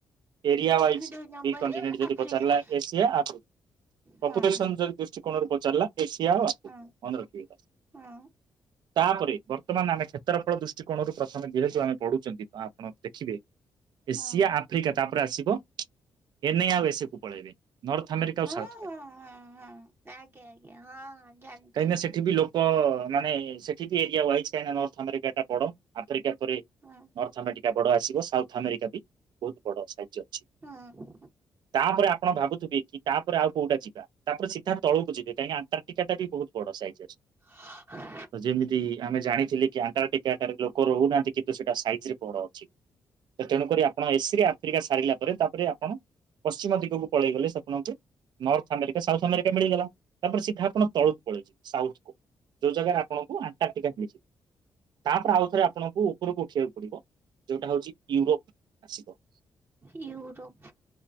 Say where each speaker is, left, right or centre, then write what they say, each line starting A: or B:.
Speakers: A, on the right; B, on the right.
A: ଏରିଆ ୱାଇଜ
B: ଦୁଇ ନମ୍ବରରେ
A: ବି କଣ୍ଟିନେଟ ଯଦି
B: ଆଫ୍ରିକା
A: ପଚାରିଲା, ଏସିଆ ଆଫ୍ରିକା, ପପୁଲେସନ
B: ହୁଁ
A: ଯଦି ଦୃଷ୍ଟିକୋଣରୁ ପଚାରିଲା, ଏସିଆ ଆଉ ଆଫ୍ରିକା,
B: ହୁଁ ହୁଁ।
A: ମନେ ରଖିବେ ଏଇଟା।
B: ହୁଁ
A: ତାପରେ, ବର୍ତ୍ତମାନ ଆମେ କ୍ଷେତ୍ରଫଳ ଦୃଷ୍ଟିକୋଣରୁ ପ୍ରଥମେ ଯେହେତୁ ଆମେ ପଢୁଚନ୍ତି, ତ ଆପଣ ଦେଖିବେ ଏସିଆ,
B: ହୁଁ
A: ଆଫ୍ରିକା, ତାପରେ ଆସିବ ଏନ୍ଇ ଆଉ ଏସେ କୁ ପଳାଇବେ, ନର୍ଥ ଆମେରିକା
B: ହୁଁ
A: ଆଉ ସାଉଥ୍ମେରିକା।
B: ହୁଁ ହୁଁ ଆଜ୍ଞା, ଆଜ୍ଞା, ହଁ ହଁ, ଜାଣି
A: କାହିଁକିନା ସେଠି ବି ଲୋକ ମାନେ ସେଠି ବି ଏରିଆ ୱାଇଜ୍ କାହିଁ ନା ନର୍ଥ ଆମେରିକା ଟା ବଡ, ଆଫ୍ରିକା ପରେ
B: ହୁଁ
A: ନର୍ଥ ଆମେରିକା ବଡ ଆସିବ, ସାଉଥ ଆମେରିକା ବି ବହୁତ ବଡ ସାହାଯ୍ୟ ଅଛି।
B: ହଁ।
A: ତାପରେ ଆପଣ ଭାବୁଥିବେ କି, ତାପରେ ଆଉ କୋଉଟା ଯିବା? ତାପରେ ସିଧା ତଳକୁ ଯିବେ, କାହିଁକି ଆଟାର୍ଟିକା ବି ବହୁତ ବ ସାଇଜ ଅଛି।
B: <unintelligible>
A: ତ ଯେମିତି ଆମେ ଜାଣିଥିଲି କି, ଆଣ୍ଟାର୍ଟିକାଟାରେ ଲୋକ ରହୁନାହାନ୍ତି କିନ୍ତୁ ସେଇଟା ସାଇଜ ରେ ବଡ ଅଛି। ତେଣୁକରି ଆପଣ ଏସିରେ ଆଫ୍ରିକା ସାରିଲା ପରେ ତାପରେ ଆପଣ ପଶ୍ଚିମ ଦିଗକୁ ପଳେଇଗଲେ ସେ ଆପଣଙ୍କୁ ନର୍ଥ ଆମେରିକା, ସାଉଥ ଆମେରିକା ମିଳିଗଲା, ତାପରେ ସିଧା ଆପଣ ତଳକୁ ପଳେଇ ଯିବେ, ସାଉଥ ଯୋଉ ଜାଗାରେ ଆପଣଙ୍କୁ ଆଣ୍ଟାର୍ଟିକା ମିଳିଯିବ, ତାପରେ ଆଉ ଥରେ ଆପଣଙ୍କୁ ଉପରକୁ ଉଠିବାକୁ ପଡିବ, ଯୋଉଟା ହଉଛି ୟୁରୋପ ଆସିବ।
B: ୟୁରୋପ